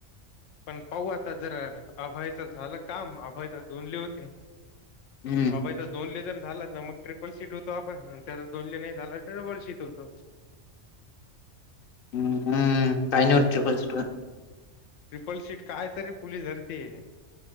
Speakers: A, on the left; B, on the left.
A: पण पाहू आता जरा, अभयाचं झालं काम. अभयाचा दोनले होते.
B: हम्म
A: अभयचा दोन लेजर झालं ना मग ट्रिपल सीट होतो आपण, त्याला दोनली नाही झाला तर डबल सीट होतो. <inaudible>
B: हम्म, हम्म. काय नाही होत ट्रीपल सीटवर.
A: ट्रिपल शीट कायच रे? पुलीस धरतीय.